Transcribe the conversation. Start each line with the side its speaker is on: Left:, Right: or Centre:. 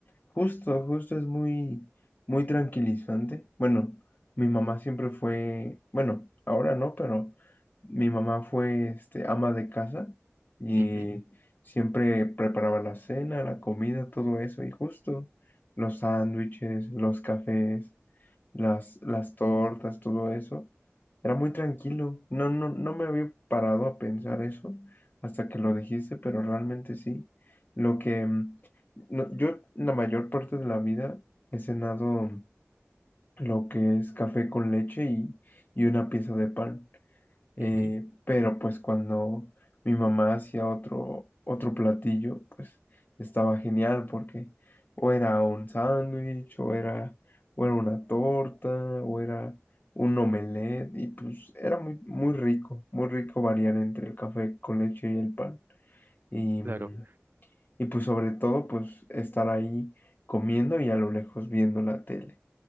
Left: justo, justo es muy, muy tranquilizante. Bueno, mi mamá siempre fue, bueno, ahora no, pero mi mamá fue, este, ama de casa y
Right: Ujú,
Left: siempre preparaba la cena, la comida, todo eso, y justo los sándwiches, los cafés. las, las tortas, todo eso. Era muy tranquilo. No, no, no me había parado a pensar eso hasta que lo dijiste, pero realmente sí. Lo que mm, no- yo la mayor parte de la vida he cenado lo que es café con leche y, y una pieza de pan. Eh,
Right: ujú,
Left: pero pues cuando mi mamá hacía otro, otro platillo, pues estaba genial porque o era un sándwich, o era, o era una torta, o era un omelette, y pues era muy, muy rico, muy rico variar entre el café con leche y el pan. Y,
Right: claro.
Left: mm, y pues sobre todo, pues estar ahí comiendo y a lo lejos viendo la tele,